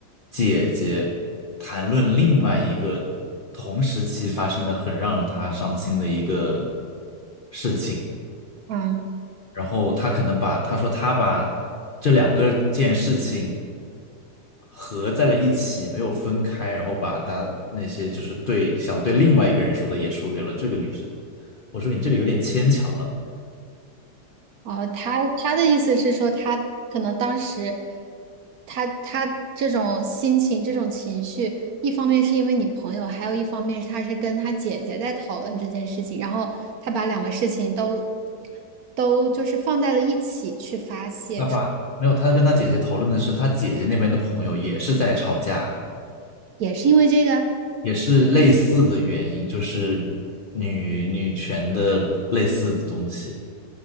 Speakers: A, on the left; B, on the right.
A: 姐姐谈论另外一个同时期发生的很让他伤心的一个事情。
B: 嗯。
A: 然后他可能把他说他把这两个件事情合在了一起，没有分开，然后把他那些就是对想对另外一个人说的也说给了这个女生。我说你这个有点牵强了。
B: 哦，他他的意思是说，他可能当时他他这种心情、这种情绪，一方面是因为你朋友，还有一方面是他是跟他姐姐在讨论这件事情，然后他把两个事情都都就是放在了一起去发泄出，
A: 他把没有，他跟他姐姐讨论的是他姐姐那边的朋友也是在吵架，
B: 也是因为这个，
A: 也是类似的原因，就是女女权的类似的东西。